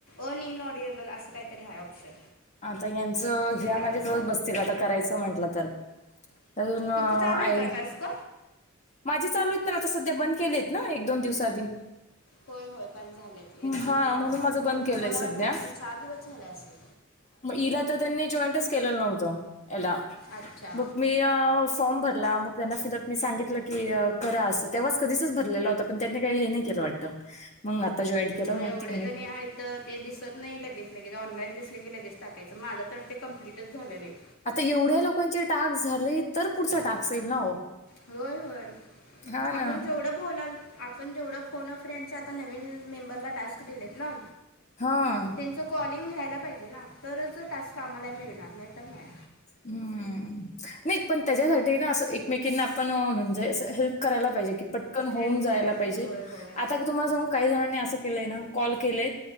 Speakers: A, on the left (about 85°); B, on the left (about 35°).
A: अनइनऑडिएबल अस काहीतरी आहे ऑप्शन.
B: आता ह्यांच ह्या
A: ते टाकायचं
B: माझ्या जवळ बसतील आता करायच म्हंटल तर. अजून आयडिया.
A: तुमचं चालू आहे का टास्क
B: माझे चालू आहेत पण आता सध्या बंद केलेत ना एक दोन दिवस आधी.
A: होय होय बंद झालय ते एक दोन
B: हा
A: दिवस
B: म्हणून माझं बंद
A: भरपूर
B: केलंय
A: मला
B: सध्या
A: वाटते तीन चार दिवस झाले असेल.
B: मग हिला तर त्यांनी जॉईंटच केलेल नव्हत याला
A: अच्छा
B: मग मी फॉर्म भरला मग त्यांना फिडबॅक मी सांगितल की करा अस तेव्हाच कधीचाच भरलेला होता. पण त्यांनी काही हे नाही केल वाटत मग आता जॉईंट
A: हम्म,
B: केल मग
A: एवढे
B: ती म्हणे.
A: जणी आहेत तर ते दिसत नाही लगेच लगेच ऑनलाईन दिसले की लगेच टाकायच. माझ तर ते कम्प्लीटच झाल नाही.
B: आता एवढ्या लोकांचे टास्क झाले तर पुढचा टास्क येईल ना हो.
A: होय होय
B: हा ना.
A: आपण जेवढ बोलाल. आपण जेवढ फोन अ फ्रेंडचे आता नवीन मेंबरला टास्क दिलेत ना
B: हा
A: त्यांचं कॉलिंग व्यायला पाहिजे ना तरच टास्क आम्हाला मिळणार नाही तर नाही.
B: हम्म, नाही पण त्याच्यासाठी ना असं एकमेकींना आपण म्हणजे असं हेल्प करायला पाहिजे की, पटकन होऊन
A: हेल्प
B: जायला
A: करायला
B: पाहिजे
A: होय होय
B: आता तुम्हाला सांगु काही जणांनी असं केलंय ना कॉल केलेय